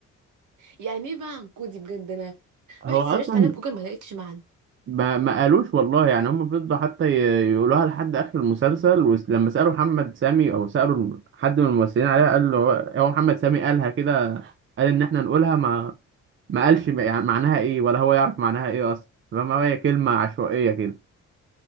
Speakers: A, on the right (about 75°); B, on the right (about 40°).
A: يعني ايه بقى عنكودي بجد انا
B: هو
A: رحت
B: اصلا
A: سرشت عليها في جوجل ما لقيتش معنى
B: ما, ما قالوش والله يعني هم فضلوا حتى ي- يقولوها لحد اخر المسلسل ولما سالوا محمد سامي او سالوا حد من الممثلين عليها قال له هو هو محمد سامي قالها كده قال ان احنا نقولها ما ما قالش م- يعني معناها ايه ولا هو يعرف معناها ايه اصلا فما هي كلمه عشوائيه كده